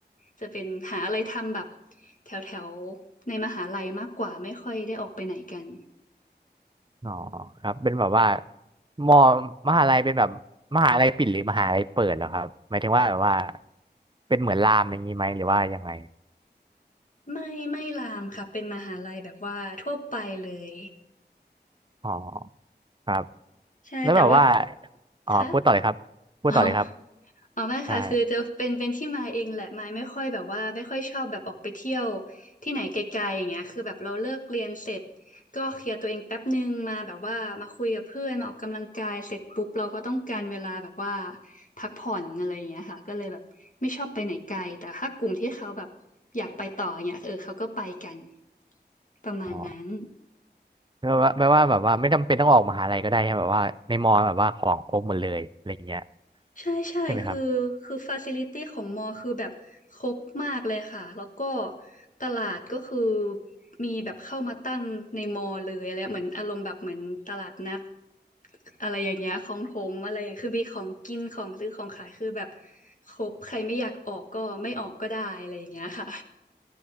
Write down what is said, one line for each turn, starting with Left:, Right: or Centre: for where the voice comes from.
Left: จะเป็นหาอะไรทำแบบแถวแถวในมหาลัยมากกว่าไม่ค่อยได้ออกไปไหนกัน
Right: อ๋อครับเป็นแบบว่ามอมหาลัยเป็นแบบมหาลัยปิดหรือมหาลัยเปิดเหรอครับหมายถึงว่าแบบว่าเป็นเหมือนรามอย่างนี้ไหมหรือว่ายังไง
Left: ไม่ไม่ลามค่ะเป็นมหาลัยแบบว่าทั่วไปเลย
Right: อ๋อครับ
Left: ใช่แต่ว่า
Right: แล้วแบบว่าอ๋อพูดต่อเลยครับพูดต่อเลยครับ
Left: คะอ๋ออ๋อไม่ค่ะคือจะเป็นเป็นที่มาเองแหละมายไม่ค่อยแบบว่าไม่ค่อยชอบแบบออกไปเที่ยว
Right: ใช่
Left: ที่ไหนไกลๆอย่างเงี้ยคือแบบเราเลิกเรียนเสร็จก็เคลียร์ตัวเองแป๊บนึงมาแบบว่ามาคุยกับเพื่อนมาออกกำลังกายเสร็จปุ๊บเราก็ต้องการเวลาแบบว่าพักผ่อนอะไรอย่างเงี้ยค่ะก็เลยแบบไม่ชอบไปไหนไกลแต่ถ้ากลุ่มที่เขาแบบอยากไปต่ออย่างเงี้ยเออเขาก็ไปกันประมาณนั้น
Right: อ๋อแปลว่าแปลว่าแบบว่าไม่จำเป็นต้องออกมหาลัยก็ได้ใช่ไหมแบบว่าในมอแบบว่าของครบหมดเลยอะไรอย่างเงี้ย
Left: ใช่ใช่คือคือฟาซิลิตี้ของมอคือแบบครบมากเลยค่ะแล้วก็
Right: ใช่ไหมครับ
Left: ตลาดก็คือมีแบบเข้ามาตั้งในมอเลยอะไรเหมือนอารมณ์แบบเหมือนตลาดนัดอะไรอย่างเงี้ยของถมอะไรอย่างคือมีของกินของซื้อของขายคือแบบครบใครไม่อยากออกก็ไม่ออกก็ได้อะไรอย่างเงี้ยค่ะ